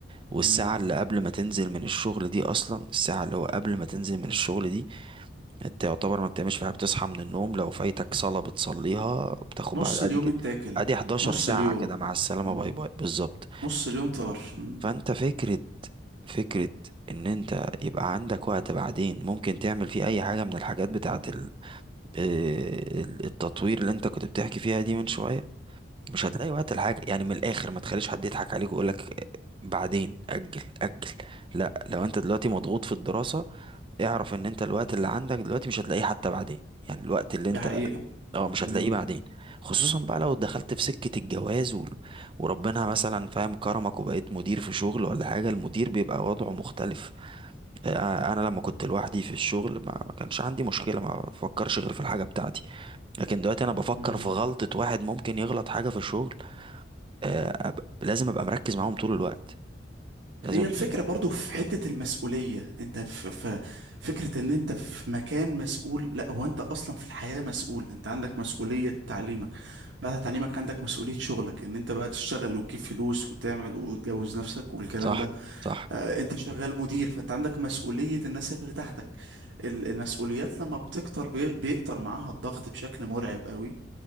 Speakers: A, on the right; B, on the right.
A: والساعة
B: مم.
A: اللي قبل ما تنزل من الشغل دي أصلا الساعة اللي هو قبل ما تنزل من الشغل دي أنت يعتبر ما بتعملش فيها بتصحى من النوم لو فايتك صلاة بتصليها بتاخد
B: نص
A: بعد أدي
B: اليوم
A: كده
B: اتاكل
A: أدي 11
B: نص
A: ساعة
B: اليوم
A: كده مع السلامة
B: مم.
A: باي باي بالظبط
B: نص اليوم طار مم.
A: فأنت فكرة فكرة ان انت يبقى عندك وقت بعدين ممكن تعمل فيه اي حاجة من الحاجات بتاعة ال- آه، ال- التطوير اللي انت كنت بتحكي فيها دي من شوية مش هتلاقي وقت الحاجة يعني من الاخر ما تخليش حد يضحك عليك ويقولك بعدين اجل اجل لا لو انت دلوقتي مضغوط في الدراسة اعرف ان انت الوقت اللي عندك دلوقتي مش هتلاقيه حتى بعدين يعني الوقت اللي
B: دي
A: انت
B: حقيقة
A: اه مش هتلاقيه
B: مم.
A: بعدين خصوصا بقى لو دخلت في سكة الجواز و... وربنا مثلا فاهم كرمك وبقيت مدير في شغل ولا حاجة المدير بيبقى وضعه مختلف آه، انا لما كنت لوحدي في الشغل ما ما كانش عندي مشكله ما بفكرش غير في الحاجه بتاعتي لكن دلوقتي انا بفكر
B: مم.
A: في غلطه واحد ممكن يغلط حاجه في الشغل آه، أب... لازم ابقى مركز معاهم طول الوقت لازم
B: هي
A: ابقى
B: الفكرة
A: فاهم
B: برضو في حتة المسؤولية انت في في فكرة ان انت في مكان مسؤول لا هو انت اصلا في الحياة مسؤول انت عندك مسؤولية تعليمك بعد تعليمك عندك مسؤولية شغلك ان انت بقى تشتغل وتجيب فلوس وتعمل وتجوز نفسك والكلام
A: صح
B: ده
A: صح
B: آه، انت شغال مدير فانت عندك مسؤولية الناس اللي تحتك ال- المسؤوليات لما بتكتر بي- بيكتر معاها الضغط بشكل مرعب قوي